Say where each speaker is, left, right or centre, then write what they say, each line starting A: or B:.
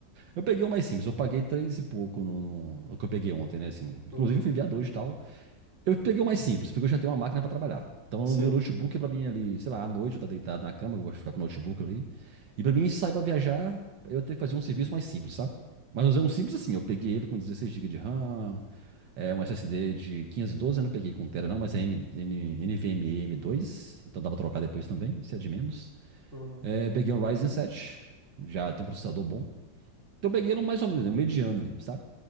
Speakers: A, on the right (about 75°); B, on the right (about 40°).
A: Eu peguei um mais simples, eu paguei três e pouco no, no- no que eu peguei ontem, né? Assim, inclusive
B: Uhum.
A: eu fui enviado hoje e tal. Eu peguei o mais simples, porque eu já tenho uma máquina pra trabalhar. Então
B: Sim.
A: o meu notebook é pra mim ali, sei lá, à noite eu tá deitado na cama, eu gosto de ficar com o notebook ali. E pra mim sair pra viajar, eu tenho que fazer um serviço mais simples, sabe? Mas eu usei um simples assim, eu peguei ele com dezesseis GB de RAM, é, um SSD de 512 eu não peguei com Tera não, mas é M, N, NVMe m dois então dá pra trocar depois também, se é de menos.
B: Uhum,
A: É, peguei um Ryzen 7, já tem um processador bom. Então eu peguei ele mais ou menos, né, um mediano ali, sabe?